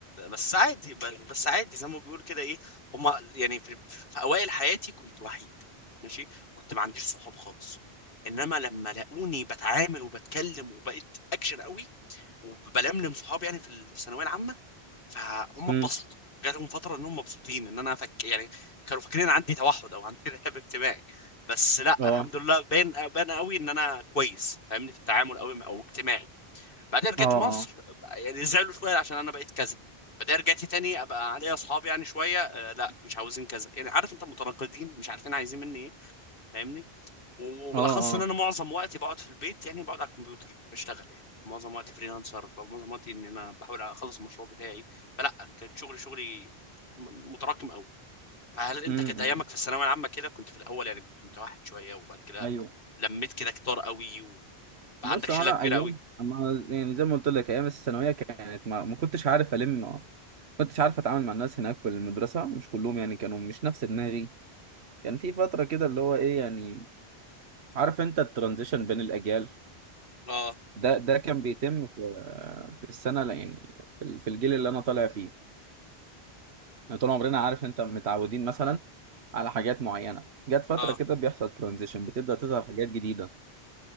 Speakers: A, on the left (about 60°); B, on the right (about 80°).
A: بس عادي ب- بس عادي زي ما بيقول كده ايه هم يعني في, في اوائل حياتي كنت وحيد ماشي كنت ما عنديش صحاب خالص انما لما لاقوني بتعامل وبتكلم وبقيت اكشن قوي وبلملم صحابي يعني في الثانويه العامه فهم
B: امم
A: اتبسطوا جاتهم فتره انهم مبسوطين ان انا فك يعني كانوا فاكرين عندي توحد او عندي <laughs> رهاب اجتماعي بس لا
B: اه
A: الحمد لله باين باين قوي ان انا كويس فاهمني في التعامل قوي او اجتماعي بعدين رجعت
B: اه
A: مصر
B: اه
A: يعني زعلوا شويه عشان انا بقيت كذا بعدين رجعت تاني ابقى عليا اصحاب يعني شويه آه، لا مش عاوزين كذا يعني عارف انت متناقضين مش عارفين عايزين مني ايه فاهمني و- وبالاخص
B: اه اه
A: ان انا معظم وقتي بقعد في البيت يعني بقعد على الكمبيوتر بشتغل يعني معظم وقتي فريلانسر ب- معظم وقتي ان انا بحاول اخلص المشروع بتاعي فلا كان شغلي شغلي م- متراكم قوي فهل انت
B: امم
A: كانت ايامك في الثانويه العامه كده كنت في الاول يعني كنت متوحد شويه وبعد كده
B: ايوه
A: لميت كده كتار قوي وبقى
B: بص
A: عندك شله
B: هو انا
A: كبيره
B: ايام
A: قوي
B: اما يعني زي ما قلت لك ايام الثانويه كانت ما, ما كنتش عارف الم ما كنتش عارف اتعامل مع الناس هناك في المدرسه مش كلهم يعني كانوا مش نفس دماغي كان في فتره كده اللي هو ايه يعني عارف انت الترانزيشن بين الاجيال
A: اه
B: ده ده كان بيتم في في السنه لا يعني في, ال- في الجيل اللي انا طالع فيه يعني طول عمرنا عارف انت متعودين مثلا على حاجات معينه جت فتره
A: اه
B: كده بيحصل ترانزيشن بتبدا تظهر حاجات جديده